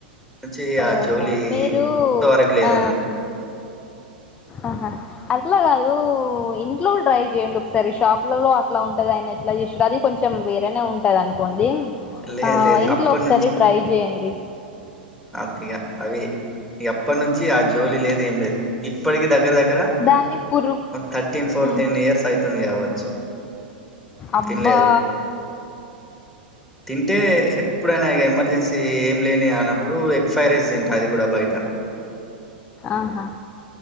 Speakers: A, in the centre; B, on the left.
A: నుంచి ఆ
B: ఓహో
A: జోలి
B: మీరు
A: ఇంతవరకు లేదన్నట్టు
B: ఆ ఆహా అట్లా కాదు ఇంట్లో ట్రై చేయండి ఒకసారి షాప్లలో అట్లా ఉంటది ఆయన ఎట్లా చేసారో అది కొంచెం వేరేనే ఉంటది అనుకోండి
A: లేదు
B: ఆ
A: లేదు
B: ఇంట్లో
A: అప్పటి
B: ఒకసారి ట్రై చేయండి
A: అంతే ఇగా అవి ఇప్పటి నుంచి ఆ జోలి లేదు ఏం లేదు ఇప్పటికి దగ్గర దగ్గర
B: దాన్ని పురుగు
A: థర్టీన్ ఫోర్టీన్
B: ఉమ్,
A: ఇయర్స్ అవుతుంది కావచ్చు
B: అబ్బా
A: తినలేదు తింటే ఎప్పుడైనా ఎమర్జెన్సీ ఏం లేని అన్నప్పుడు ఎక్స్ఫైరైస్ తింట అది కూడా బయట
B: ఆహా